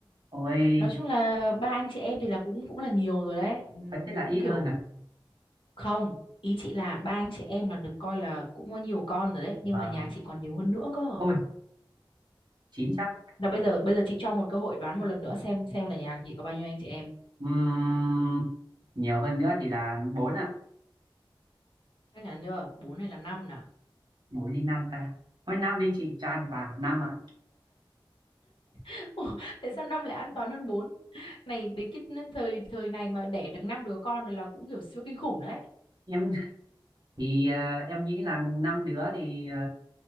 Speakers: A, on the right; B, on the left.
A: ôi
B: Nói chung là ba anh chị em thì là cũng cũng là nhiều rồi đấy. Ừ,
A: phải thế là
B: cũng
A: ít
B: kiểu
A: hơn à
B: không, ý chị là ba anh chị em là được coi là cũng có nhiều con rồi đấy, nhưng
A: vâng
B: mà nhà chị còn nhiều hơn nữa cơ.
A: ôi chín chắc
B: Là bây giờ bây giờ chị cho một cơ hội đoán một lần nữa xem xem là nhà chị có bao nhiêu anh chị em.
A: Ừm, nhiều hơn nữa thì là bốn ạ
B: Chắc chắn chưa? bốn hay là 5 nào?
A: bốn đi năm ta ôi năm đi chị cho ăn vào năm ạ
B: <laughs> Ủa, tại sao 5 lại an toàn hơn bốn Này đến cái thời thời này mà đẻ được 5 đứa con rồi là cũng kiểu siêu kinh khủng đấy.
A: em thì ờ, em nghĩ là năm đứa thì ờ,